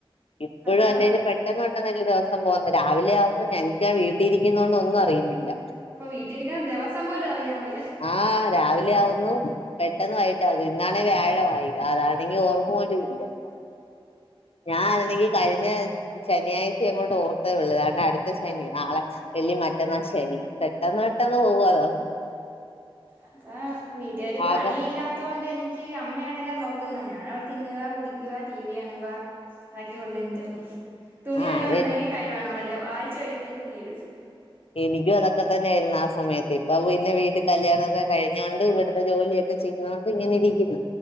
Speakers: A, on the left; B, on the right.
A: ഇപ്പഴും
B: അതാ
A: അല്ലേല് പെട്ടെന്ന് പെട്ടെന്നല്ലേ ദിവസം പോന്നെ രാവിലെ ആവുമ്പ എനിക്ക വീട്ടിരിക്കുന്ന കൊണ്ട് ഒന്നും അറിയുന്നില്ല
B: ഇപ്പൊ വീട്ടിരിക്കാൻ ദെവസം പോലും അറിയാൻ വയ്യ
A: ആഹ് രാവിലെ ആവുന്നു പെട്ടെന്ന് വൈകിട്ടാവുന്നു ഇന്നാണേ വ്യാഴവായി അതാണെങ്കി ഓർമ്മ പോലും ഇല്ല ഞാനാണെങ്കി കഴിഞ്ഞ ശനിയാഴ്ച അങ്ങോട്ട് ഓർത്തേ ഉള്ളു താണ്ട അടുത്ത ശനി നാളെ വെള്ളി മ റ്റന്നാ ശനി പെട്ടെന്ന് പെട്ടെന്ന് പോവ ദെ
B: അതാ വീട്ടി ഒരു പണി
A: ആകെ
B: ഇല്ലാത്തൊണ്ട് എനിക് ക്ക് അമ്മയാണെല്ലാം നോക്കുന്നെ ഞാൻ തിന്നുക കുടിക്കുക ടി വി കാണുവ അതൊക്കെ ഒള്ളൂ എന്റെ പണി തുണി
A: ആ
B: വല്ലോം
A: അത്
B: ഉണ്ടെങ്കി കഴിവണം വല്ല ആഴ്ച ഒരിക്കൽ തുണി കഴുകും
A: എനിക്കും അതൊക്കെ തന്നൊയായിരുന്നു ആ സമയത്ത് ഇപ്പൊ പിന്നെ വീട്ടിൽ കല്യാണവൊക്കെ കഴിഞ്ഞൊണ്ട് ഇവിടെ ജോലിയൊക്കെ ചെയ്തോണ്ട് ഇങ്ങനെ ഇരിക്കുന്നു